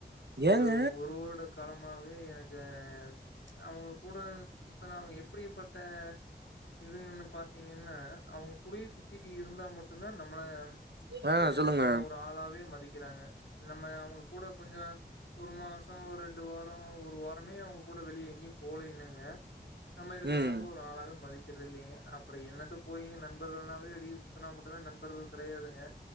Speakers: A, on the right; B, on the left.
A: ஏங்க?
B: ஒரு ஒரு வருட காலம் மாவே எனக்கு அவங்க கூட சுத்துனா அவங்க எப்டிப்பட்ட இதுங்கனு பாத்தீங்கன்னா அவங்க கூடியே சுத்திட்டு இருந்தா மட்டுந்தா நம்ள
A: ஆ
B: ஏ
A: சொல்லுங்க.
B: நம்ம ஒரு ஆளாவே மதி க்கிறாங்க நம்ம அவங்க கூட கொஞ்சோ ஒரு மாசம் ஒரு ரெண்டு வாரம் ஒரு வாரமே அவங்க கூட வெளிய எங்கியு போலி னங்க நம்ம இருக்கறத
A: ம்.
B: ஒரு ஆளாவே மதிக் து இல்லிங்க அப்றம் என்னத்த போயீங்க நண்பர்கள் னாவே வெளிய சுத்தனா மட்டுதா நண்பர்கள் கெடையாதுங்க